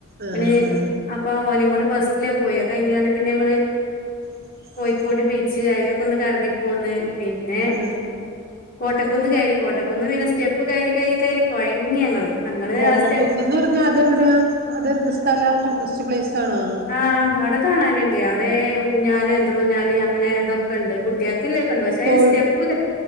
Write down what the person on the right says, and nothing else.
ആ
ആ
<inaudible>
ആ
കോട്ടക്കുന്ന്ന്ന്
പറഞ്ഞ അതെ വിടെയാ അതെന്ത് സ്ഥല ടൂറിസ്റ്റ് പ്ലേസ് ആണോ
കോഴി